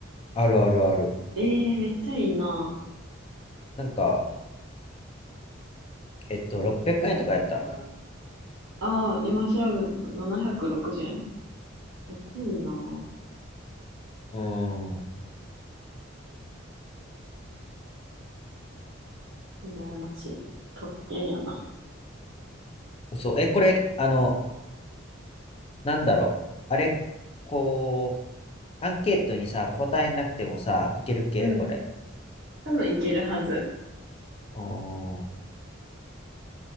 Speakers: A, on the left (about 30°); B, on the right (about 60°).
A: あるあるある。
B: ええーめっちゃいいな。
A: なんか、えっと、600円とかやった。う
B: ああ、今調べると760円めっちゃいいなぁ。
A: ーん。
B: 羨ましい。特権やな。
A: そう。え、これ、あの、なんだろう。あれ、こう、アンケートにさ、答えなくてもさ、いける系これ。
B: うん。多分いけるはず。
A: うー